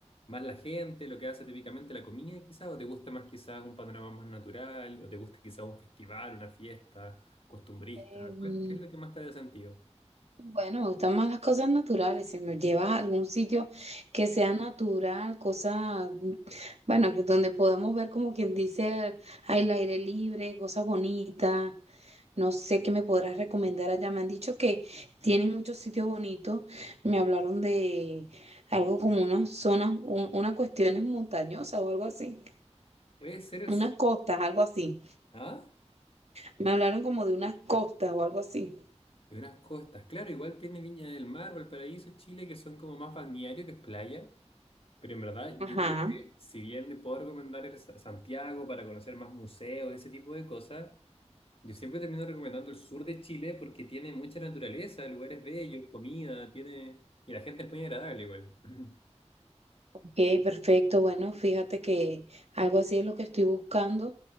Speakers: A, on the left; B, on the right.
A: más la gente, lo que hace típicamente la comida quizás? ¿O te gusta más quizás un panorama más natural? ¿O te gusta quizás un festival, una fiesta costumbrista?
B: Em,
A: ¿Cuál- ¿Qué es lo que más te hace sentido?
B: Bueno, me gustan más las cosas naturales. Si me llevas a algún sitio que sea natural, cosas, bueno, que donde podamos ver como quien dice al aire libre, cosas bonitas. No sé qué me podrás recomendar allá. Me han dicho que tienen muchos sitios bonitos. Me hablaron de algo como unas zonas, un- unas cuestiones montañosas o algo así.
A: Puede ser el
B: Unas
A: sur,
B: costas, algo así.
A: ¿ah?
B: Me hablaron como de unas costas o algo así.
A: De unas costas. Claro, igual tiene Viña del Mar, Valparaíso, Chile, que son como más balneario que es playa. Pero en verdad,
B: Ajá.
A: yo como que, si bien le puedo recomendar el Sa- Santiago para conocer más museos, ese tipo de cosas, yo siempre termino recomendando el sur de Chile porque tiene mucha naturaleza, lugares bellos, comida, tiene... Y la gente es muy agradable igual. <clears throat>
B: Ok, perfecto. Bueno, fíjate que algo así es lo que estoy buscando,